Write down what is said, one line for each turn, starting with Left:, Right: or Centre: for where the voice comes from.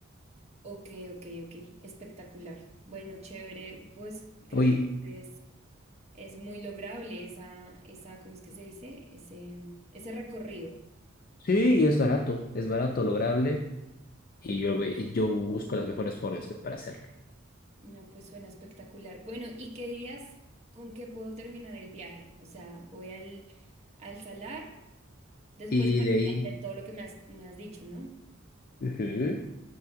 Right: ok, ok, ok, espectacular. Bueno, chévere, pues creo
Left: Oye,
Right: que es, es muy lograble esa, esa, ¿cómo es que se dice? Ese, ese recorrido.
Left: sí, y es barato, es barato, lograble. Y yo, voy- y yo busco las mejores formas que- para hacerlo.
Right: No, pues suena espectacular. Bueno, ¿y qué dirías con qué puedo terminar el viaje? O sea, voy al, al salar, después,
Left: Y
Right: bueno,
Left: de ahí,
Right: ya de todo lo que me has, me has dicho, ¿no?
Left: ujú,